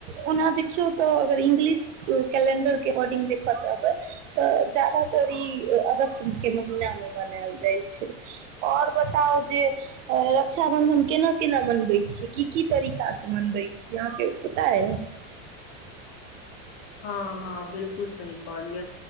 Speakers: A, on the right (about 80°); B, on the left (about 35°).
A: ओना देखियौ तऽ अगर इंग्लिश कैलेंडर के एकॉर्डिंग देखऽ चबे त ज्यदातर ई अगस्त के महीना मे मनायल छै और बताउ जे रक्षा बंधन केना केना मनबै छीयै की की तरीका से मनबे यहाँ के पता अय
B: हँ हँ बिलकुल सही कहल यऽ